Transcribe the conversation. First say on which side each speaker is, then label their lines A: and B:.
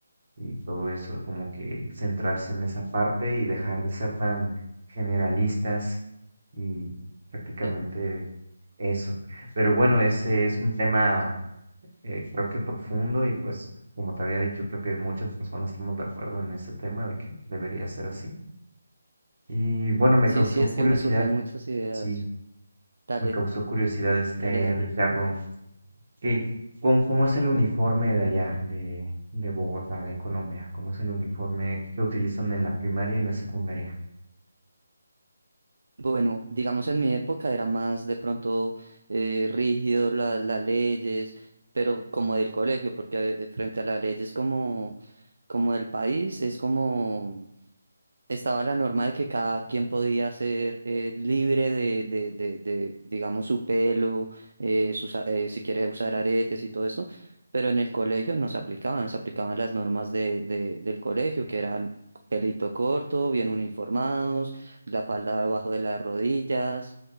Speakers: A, on the right (about 40°); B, on the right (about 70°).
A: y todo eso, como que centrarse en esa parte y dejar de ser tan generalistas y prácticamente
B: Sí.
A: eso. Pero bueno, ese es un tema eh, creo que profundo y pues como te había dicho, creo que muchas personas estamos de acuerdo en ese tema de que debería ser así. Y bueno, me
B: Sí,
A: causó
B: sí, es
A: curiosidad,
B: que me surgen muchas ideas.
A: sí,
B: Dale,
A: me causó curiosidad este
B: dale, dale.
A: Ricardo, que cómo, cómo es el uniforme de allá, de, de Bogotá, de Colombia, cómo es el uniforme que utilizan en la primaria y en la secundaria.
B: Bueno, digamos en mi época era más de pronto eh, rígido la- las leyes, pero como del colegio, porque eh, frente a las leyes como, como del país es como estaba la norma de que cada quien podía ser eh, libre de, de, de, de, digamos, su pelo, eh, sus a- eh, si quiere usar aretes y todo esto, pero en el colegio no se aplicaban, se aplicaban las normas de, de, del colegio, que eran pelito corto, bien uniformados, la falda abajo de las rodillas,